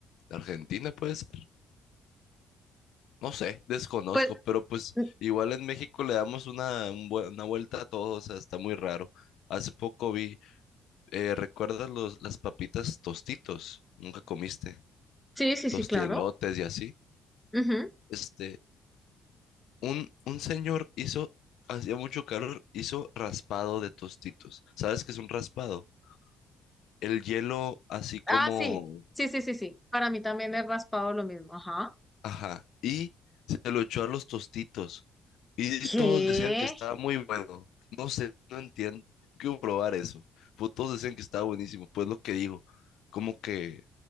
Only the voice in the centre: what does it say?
Pues
mm,
sí, sí,
sí, claro.
Ujú.
Ah, sí, sí, sí, sí, sí. Para mí también es raspado lo mismo. Ajá.
¿Qué?